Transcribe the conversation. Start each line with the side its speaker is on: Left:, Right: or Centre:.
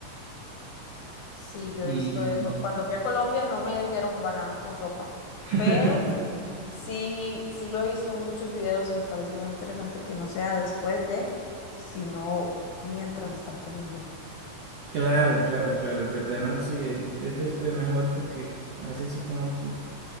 Left: Sí, yo
Right: Y
Left: he visto eso. Cuando fui a Colombia no me dieron banano con sopa,
Right: <laughs>
Left: pero sí, sí lo he visto en muchos videos y me parece muy interesante que no sea después de, sino mientras están comiéndolo.
Right: Claro, claro, claro, es verdad, ¿no? Sí, eh, es después mejor porque a veces sí como que